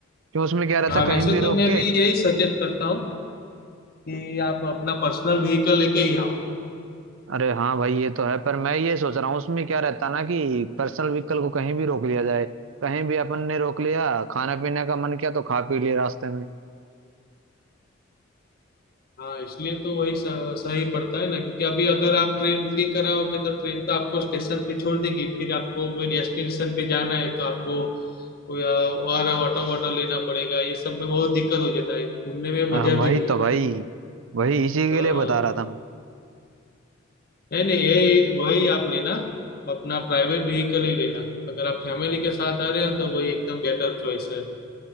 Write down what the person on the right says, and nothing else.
क्यों उसमें क्या रहता
कहीं भी
रोक
के
अरे हाँ भाई ये तो है पर मैं ये सोच रहा हूँ उसमें क्या रहता ना कि पर्सनल व्हीकल को कहीं भी रोक लिया जाए कहीं भी अपन ने रोक लिया खाना पीने का मन किया तो खा पी लिया रास्ते में
हाँ,
वही
तो
भाई
वही इसी
के लिए बता रहा था मैं